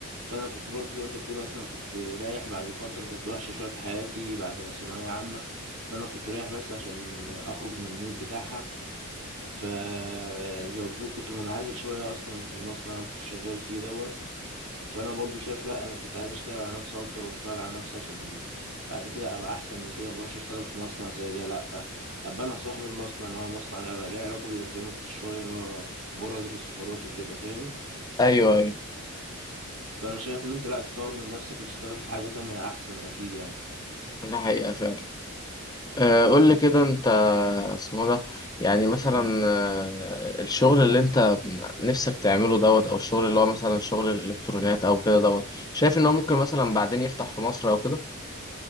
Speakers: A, on the right; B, on the left.
A: فانا كنت برضو زي ما انت بتقول اصلا كنت رايح بعد فتره كانت وحشه شويه في حياتي بعد ثانويه عامه فانا كنت رايح بس عشان اخرج من المود بتاعها فزي ما بتقول كنت منعزل شويه اصلا في المصنع اللي انا كنت شغال فيه دوت فانا برضو شايف لا انا كنت عايز اشتغل على نفسي اكتر واشتغل على نفسي عشان بعد كده ابقى احسن من كده مبروحش اشتغل في مصنع زي ده لا ابقى انا صاحب المصنع اللي هو مصنع له له علاقه بالالكترونيكس شويه اللي هو بره دي السفارات وكده فاهم
B: ايوه ايوه
A: فانا شايف ان انت لا تطور من نفسك وتشتغل في حاجه تانية احسن اكيد يعني
B: ده حقيقة فعلا أه قول
A: طب
B: لي كده انت اسمه ده يعني مثلا
A: مم.
B: أه الشغل اللي انت نفسك تعمله دوت او الشغل اللي هو مثلا شغل الالكترونيات او كده دوت شايف ان هو ممكن مثلا بعدين يفتح في مصر او كده